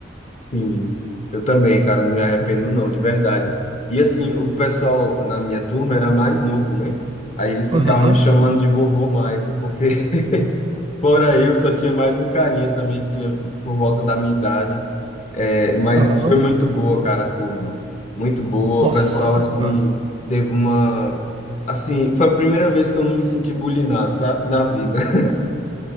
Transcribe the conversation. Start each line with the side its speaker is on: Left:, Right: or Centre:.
Left: Sim, eu também, cara, não me arrependo não, de verdade. E assim, o pessoal na minha turma era mais novo, né? Aí eles
Right: Aham,
Left: ficavam me chamando de vovô Maico, porque <laughs> fora eu só tinha mais um carinha também que tinha por volta da minha idade. É, mas
Right: aham.
Left: foi muito boa, cara, a turma. Muito boa.
Right: Nossa
Left: O pessoal, assim,
Right: Senhora.
Left: teve uma. Assim, foi a primeira vez que eu não me senti bulinado, sabe? Na vida.